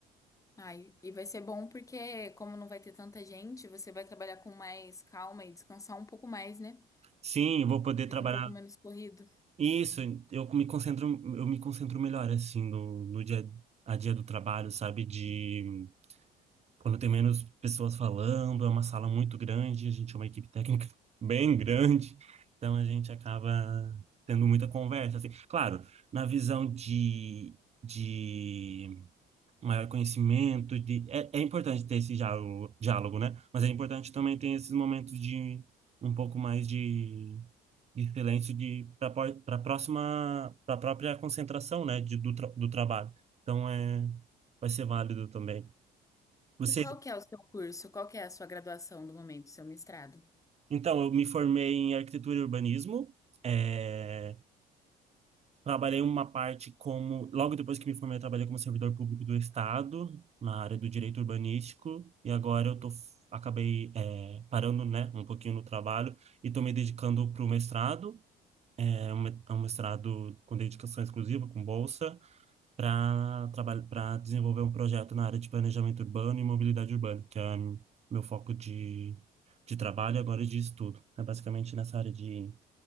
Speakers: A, on the left; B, on the right.
A: Ai, e vai ser bom porque, como não vai ter tanta gente, você vai trabalhar com mais calma e descansar um pouco mais, né?
B: Sim, eu vou poder
A: Fica
B: trabalhar.
A: um pouco menos corrido.
B: Isso, eu me concentro, eu me concentro melhor, assim, no, no dia a dia do trabalho, sabe? De quando tem menos pessoas falando, é uma sala muito grande, a gente é uma equipe técnica <laughs> bem grande, então a gente acaba tendo muita conversa, assim. Claro, na visão de, de maior conhecimento de é, é importante ter esse diálogo, diálogo, né? Mas é importante também ter esses momentos de um pouco mais de, de silêncio de para para próxima para própria concentração, né, de, do, tra- do trabalho. Então é vai ser válido também. Você
A: E qual que é o seu curso? Qual que é a sua graduação do momento, seu mestrado?
B: então eu me formei em arquitetura e urbanismo. É, Trabalhei uma parte como, logo depois que me formei, eu trabalhei como servidor público do Estado, na área do direito urbanístico, e agora eu tô, acabei eh, parando, né, um pouquinho no trabalho e tô me dedicando para o mestrado, é um me- é um mestrado com dedicação exclusiva, com bolsa, para trabalhar, para desenvolver um projeto na área de planejamento urbano e mobilidade urbana, que é meu foco de, de trabalho e agora de estudo. É basicamente nessa área de